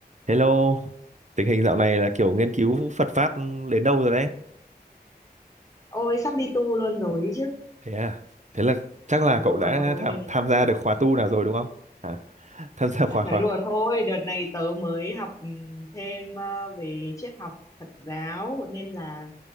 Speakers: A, on the right; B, on the left.
A: Hello, tình hình dạo này là kiểu nghiên cứu Phật pháp đến đâu rồi đấy?
B: Ôi sắp đi tu luôn rồi ấy chứ
A: Thế à? Thế là chắc là
B: Nói
A: cậu
B: đùa
A: đã
B: thôi
A: tham tham gia
B: ừ.
A: được khóa tu nào rồi đúng không? Hả? Tham gia khóa khóa.
B: Nói đùa thôi Đợt này tớ mới học ừ, thêm ờ, về triết học Phật giáo Nên là